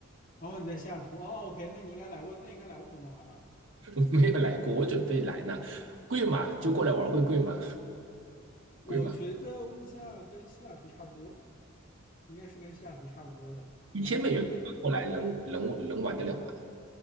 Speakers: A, on the left; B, on the right.
A: 然后你在西雅图，哦，OK，那你应该来问，那你应该来问温哥华吧？
B: <laughs> 没有来过，我准备来呢。贵吗？就过来玩会贵吗？
A: 我觉得物价跟西雅图差不多，
B: 贵吗？
A: 应该是跟西雅图差不多的，
B: 一千美元过来能能能玩得了吗？
A: 可能还会被